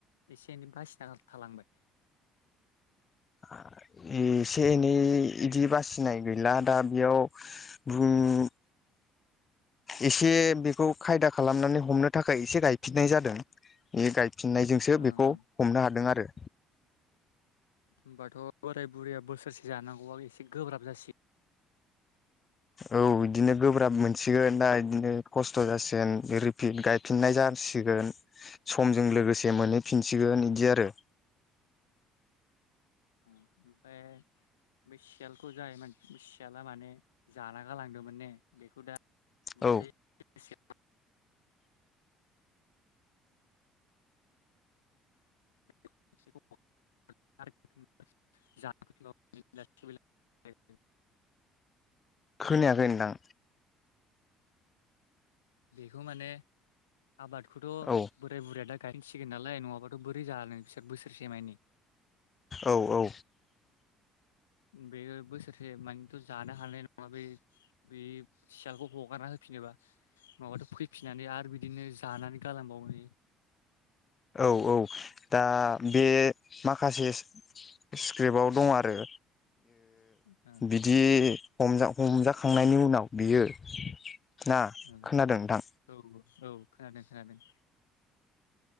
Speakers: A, on the left; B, on the left.
A: एसे एनै बासिना थालांबाय?
B: आ ए से एनै बिदि बासिनाय गैला दा बेयाव बुं <inaudible> एसे बेखौ खायदा खालामनानै हमनो थाखाय एसे गाय फिननाय जादों बे गाय फिननाय जोंसो
A: ओ
B: बेखौ
A: ओ
B: हमनो हादों आरो।
A: होमबाथ' बोराय बुरैया बोसोरसे जानांगौ आ एसे गोब्राब जासिग
B: औ बिदिनो गोब्राब मोनसिगोन दा इदिनो खस्थ' जासिगोन रिपिद गायफिननाय जा सिगोन समजों लोगोसे मोन फिनसिगोन
A: जासिगोन
B: इदि आरो।
A: ओमफ्राय बे सियालखौ जाय बे सियाला माने जाना गालां दोंमोन ने बेखौ दा <unintelligible>
B: औ
A: <unintelligible> <unintelligible> जा <unintelligible>
B: खोनायाखै नोंथां।
A: बेखौ माने आबादखौथ'
B: औ
A: बोराय बुरैया दा गायनोसै सिगोन नालाय नङाबाथ' बोरै जानो बिसोर बोसोरसे मानि।
B: औ औ।
A: बे बोसोरसे मानिथ' जानो हानाय नङा बे बे सियालखौ हगारना हो फैफिनोबा माबाथ' फैफिननानै आरो बिदिनो जानानै गालांबावो
B: औ औ दा बे माखासे स्क्रिप्टआव दं आरो
A: गालांबावगोन
B: बिदि हमजा-हमजाखांनायनि उनाव बियो ना
A: औ
B: खोनादों नोंथां
A: औ औ खोनादों खोनादों।